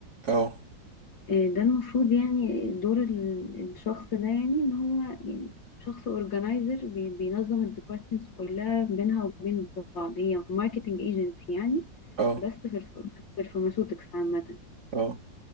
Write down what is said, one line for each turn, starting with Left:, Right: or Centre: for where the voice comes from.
Right: اه
Left: آه، ده المفروض يعني دور ال- الشخص ده يعني ان هو يعني شخص اورجنايزر بينظم الديبارتمنتس كلها بينها وبين بعض هي ماركتنج ايجنسي يعني
Right: اه
Left: بس في الف... بس في الفارماسيوتكس عامة
Right: اه